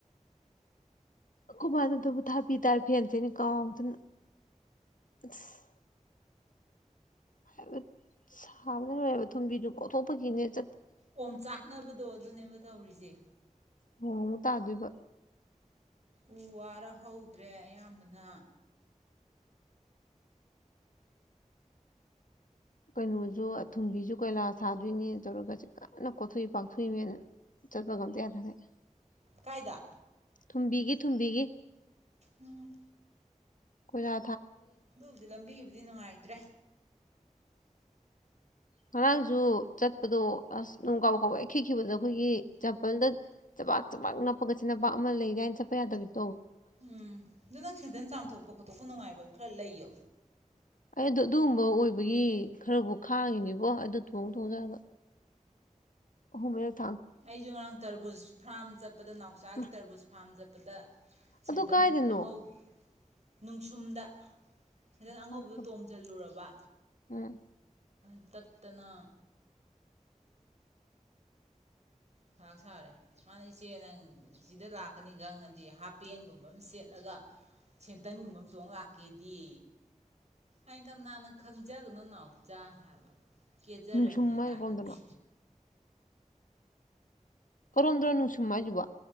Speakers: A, on the left (about 80°); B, on the right (about 55°).
A: ꯀꯃꯅꯗꯕꯨ ꯊꯥꯕꯤ ꯇꯥꯔꯦ ꯐꯦꯟꯁꯦꯅꯦ ꯀꯥꯎꯗꯅ ꯑꯁ ꯍꯥꯏꯕ ꯁꯥꯕꯗ ꯂꯣꯏꯕ ꯊꯨꯝꯕꯤꯗꯨ ꯀꯣꯊꯣꯛꯄꯒꯤꯅꯦꯠ
B: ꯑꯣꯝ ꯆꯥꯛꯅꯕꯗꯣ ꯑꯗꯨꯅꯦꯕ ꯇꯧꯔꯤꯁꯦ
A: ꯍꯨ ꯇꯥꯗꯣꯏꯕ
B: ꯎ ꯋꯥꯔ ꯍꯧꯗ꯭ꯔꯦ ꯑꯌꯥꯝꯕꯅ
A: ꯀꯩꯅꯣꯁꯨ ꯑꯊꯨꯝꯕꯤꯁꯨ ꯀꯣꯏꯂꯥ ꯁꯥꯗꯣꯏꯅꯦ ꯇꯧꯔꯒ ꯀꯟꯅ ꯀꯣꯊꯣꯛꯏ ꯄꯥꯛꯊꯣꯛꯏꯅꯦꯅ ꯆꯠꯄꯒ ꯑꯝꯇ ꯌꯥ ꯊꯥꯒꯠꯦ
B: ꯀꯥꯏꯗ
A: ꯊꯨꯝꯕꯤꯒꯦ ꯊꯨꯝꯕꯤꯒꯦ
B: ꯎꯝ
A: ꯀꯣꯏ ꯔ
B: ꯑꯗꯨꯕꯨꯗꯤ ꯂꯝꯕꯤꯕꯨꯗꯤ ꯅꯨꯡꯉꯥꯏꯇ꯭ꯔꯦ
A: ꯉꯔꯥꯡꯁꯨ ꯆꯠꯄꯗꯣ ꯑꯁ ꯅꯣꯡ ꯀꯥꯎꯕ ꯀꯥꯎ ꯌꯥꯈꯤꯈꯤꯕꯗꯣ ꯑꯩꯈꯣꯏꯒꯤ ꯆꯦꯝꯄꯜꯗ ꯆꯕꯥꯛ ꯆꯕꯥꯛ ꯅꯞꯄꯒ ꯆꯆꯤꯟꯟꯅꯄꯥꯛꯥꯛ ꯑꯃ ꯂꯩ ꯀꯥꯏꯅ ꯆꯠꯄ ꯌꯥꯗꯕꯗ
B: ꯎꯝ ꯑꯗꯨ ꯅꯪ ꯁꯤꯗꯅ ꯆꯥꯝꯊꯣꯛꯄ ꯈꯣꯠꯇ ꯑꯇꯣꯞꯄ ꯅꯨꯡꯉꯥꯏꯕ ꯈꯔ ꯂꯩꯌꯣ
A: ꯑꯩꯗ ꯑꯗꯨꯒꯨꯝꯕ ꯑꯣꯏꯕꯒꯤ ꯈꯔꯕꯨ ꯈꯥꯡꯉꯤꯅꯦꯕꯣ ꯑꯗꯨꯗ ꯊꯣꯡ ꯊꯣꯡꯖꯔꯕ ꯑꯣ ꯃ
B: ꯑꯩꯁꯨ ꯉꯔꯥꯡ ꯇꯔꯕꯨꯖ ꯐꯥꯔꯝ ꯆꯠꯄꯗ ꯅꯥꯎꯆꯥꯒꯤ
A: ꯃꯥ
B: ꯇꯔꯕꯨꯖ ꯐꯥꯔꯝ ꯆꯠꯄꯗ ꯁꯦꯟꯇꯟ
A: ꯑꯗꯨ ꯀꯥꯏꯗꯅꯣ
B: ꯑꯉꯧ ꯅꯨꯡꯁꯨꯝꯗ ꯁꯤꯗꯪ ꯑꯉꯧꯕꯗꯣ
A: ꯍꯥꯞꯄ꯭ꯔꯣ?
B: ꯇꯣꯡꯁꯤꯜꯂꯨꯔꯕ
A: ꯎꯝ
B: ꯠꯇꯅ ꯆꯔꯥꯛ ꯁꯥꯔꯦ ꯃꯥꯅ ꯏꯆꯦ ꯅꯪ ꯁꯤꯗ ꯂꯥꯛꯀꯅꯤ ꯈꯪꯉꯗꯤ ꯍꯥꯄꯦꯟꯒꯨꯝꯕ ꯑꯃ ꯁꯦꯠꯂꯒ ꯁꯦꯟꯇꯟꯒꯨꯝꯕ ꯑꯃꯇꯣꯡ ꯂꯥꯛꯀꯦꯗꯤ ꯑꯩ ꯀ ꯅꯅꯥꯥꯟꯟꯅ ꯈꯪꯖꯒꯅꯨ ꯅꯅꯥꯎ ꯆꯥꯍꯜ ꯀꯦꯖꯔꯝꯅꯦ
A: ꯅꯨꯡꯁꯨꯝ ꯍꯥꯏꯁꯦ
B: ꯂꯥꯛꯏꯅꯦ
A: ꯀꯔꯣꯝꯗꯅꯣ ꯀꯟꯗ꯭ꯔꯅꯅꯨꯡꯁꯨꯝ ꯌꯨ